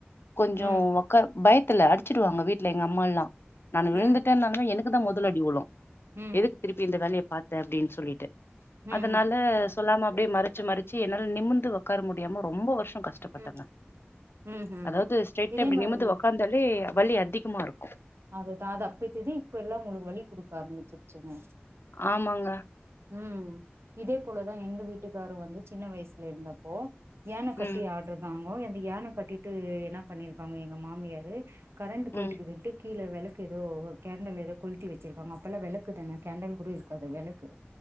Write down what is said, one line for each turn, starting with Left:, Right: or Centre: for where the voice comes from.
Left: கொஞ்சோ
Right: ம்
Left: ஒக்கார் பய்த் துல அடிச்சிடுவாங்க வீட்டுல எங்க அம்மால்லா நானு
Right: ம்
Left: விழுந்துட்டன்னாலுமே எனக்கு தா மெதல் அடி வுலு
Right: ம்
Left: எதுக்கு திருப்பி இந்த வேலைய பாத்த அப்டின் சொல்லிட்டு
Right: ம்
Left: அதனால சொல்லாம அப்டியே மறச்சி மறச்சி என்னால நிமிந்து ஒக்கார முடியாம ரொம்ப வருஷ் ஷோ கஷ்டப்பட்டங்க
Right: ம் ம் ம்
Left: அதாவது ஸ்டேட்டா
Right: இதே
Left: இப்டி
Right: மாதிரிதா
Left: நிமுந்து ஒக்காந்தாலே வலி அதிகமாருக்கு
Right: அதுதா அத அப்பத்தெதி இப்ப எல்லா உங்களுக்கு வலி குடுக்க ஆரம்பிச்சிச்சிங்க
Left: ஆமாங்க
Right: ம் இதே போலதா எங்க வீட்டுக்காரு வந்து சின்ன வயசுல இருந்தப்போ யான கட்டி
Left: ம்
Right: ஆட்றுக்காங்கோ அந்த யான கட்டிட்டு என்ன பண்ணிருக்காங்க எங்க மாமியாரு கரண்ட்டு போயிட்டுக்குது
Left: ம்
Right: கீல வெளக்கு ஏதோ கேண்டெல் ஏதோ கொள்த்தி வெச்சிருக்காங்க அப்போல்லா வெளக்கு தான கேண்டெல் கூட இருக்காது வெளக்கு